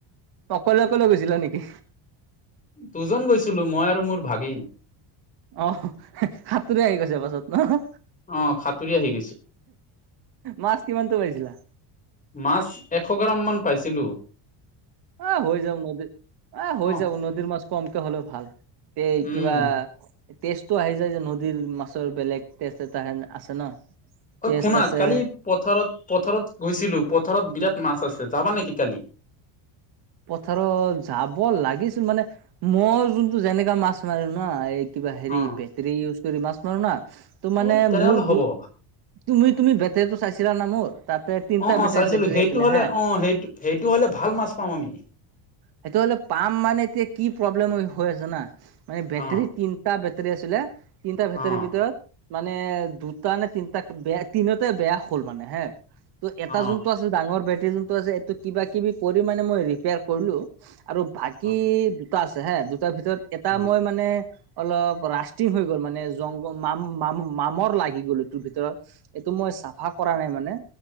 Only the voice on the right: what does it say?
অকলে অকলে গৈছিলা নেকি?
অ সাতোৰি আহি গৈছে পাছত ন
মাছ কিমানটো পাইছিলা
এ হৈ যাও নদীত এহ হৈ
যাব নদীৰ মাছ কমকে হ'লেও ভাল এই
কিবা টেষ্টটো আহি যায় যে নদীৰ মাছৰ বেলেগ টেষ্ট এটা হেন আছে ন
টেষ্ট
আছে
পথাৰত যাব লাগিছিল মানে মই যোনটো যেনেকা মাছ মাৰো ন এই কিবা হেৰি
বেটৰী ইউজ কৰি মাছ মাৰো না ত
মানে
মোৰ
তুমি তুমি বেটেৰীটো চাইছিলা না মোৰ তাতে তিনিটা
বেটী-
বেটাৰী
আছিলে
হে
সেইটো হলে পাম মানে এতিয়া কি প্ৰব্লেম হৈ আছে জানা মানে বেটেৰী
তিন টা বেটেৰী আছিলে তিনিটা ভেটৰীৰ
ভিতৰত মানে দুটা নে তিনটা বেয়া তিনিওটাই বেয়া হ'ল মানে হে ত' এটা
যোনটো আছে ডাঙৰ বেটেৰী যোনটো আছে এইটো কিবা কিবি কৰি মানে মই ৰিপেয়াৰ কৰিলো আৰু বাকী
দুটা আছে হে দুটাৰ ভিতৰত এটা
মই মানে অলপ ৰাষ্টিং হৈ গ'ল মানে জংগল মাম মাম মামৰ লাগি গ'ল এইতোৰ ভিতৰত এইটো মই চাফা কৰা নাই মানে